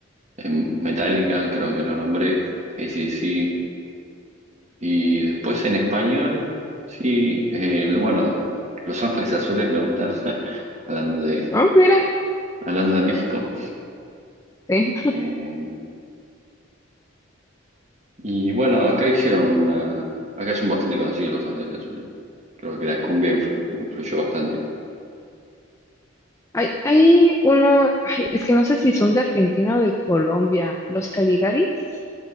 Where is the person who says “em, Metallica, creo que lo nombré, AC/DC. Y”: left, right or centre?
Right